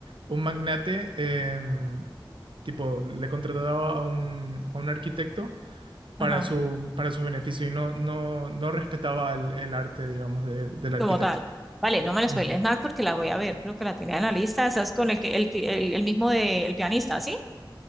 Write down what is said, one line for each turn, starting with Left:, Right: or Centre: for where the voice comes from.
Right: un magnate, em, tipo, le contrataba a un, a un arquitecto para
Centre: Ajá,
Right: su, para su beneficio y no, no, no respetaba el, el arte, digamos, de- del arquitecto.
Centre: como tal. Vale, no me la
Right: Mm.
Centre: spoilees más porque la voy a ver. Creo que la tenía en la lista. Esa es con el que el, que- el, el mismo de el pianista, ¿sí?